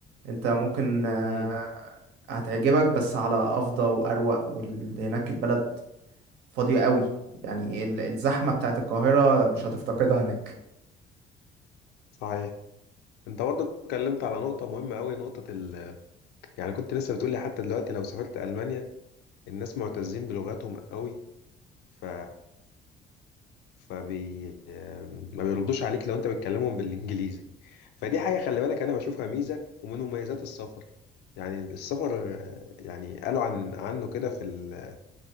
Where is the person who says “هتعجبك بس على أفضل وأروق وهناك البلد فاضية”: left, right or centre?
Right